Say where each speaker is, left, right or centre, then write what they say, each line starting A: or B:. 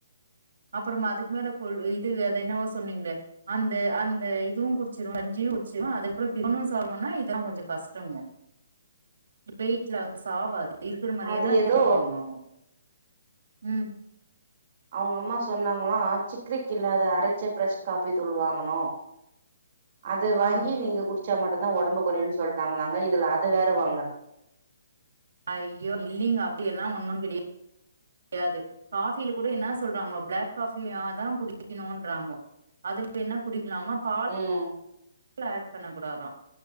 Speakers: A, on the right; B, on the right.
A: அப்பறம் அதுக்கு மேல இது அ என்னவோ சொன்னீங்கள அந்த அந்த இதுவும் குடிசுருவோம் கஞ்சியும் குடிசுருவன் அதுகப <unintelligible> <unintelligible> இதா கொஞ்சம் கஷ்டங்க வெயிட் லாஸ் ஆவாது இருக்குற மாதிரியேதான்
B: அது ஏதோ
A: இருப்பாங்க அவங்க உம்
B: அவங்க அம்மா சொன்னாங்களா சிக்ரிக் இல்லாத அரச்ச ஃப்ரெஷ் காபி தூள் வாங்கணு அது வாங்கி
A: ஆ
B: நீங்க குடுச் குடுச்சா மட்டும்தான் ஓடம்புகொரயும்னு சொல்லிட்டாங்களாங்க இதுல அது வேற வாங்க
A: ஐயோ இல்லிங்க அப்டியலாம் ஒண்ணும் கிடையா கிடையாது காஃபியில கூட என்னா சொல்றாங்கோ பிளாக் காஃபியாதா குடிக்கணுங்குறாங்கோ அது என்ன குடிக்கலாமா பால்
B: ம்
A: லல் பண்ணக்கூடாதான்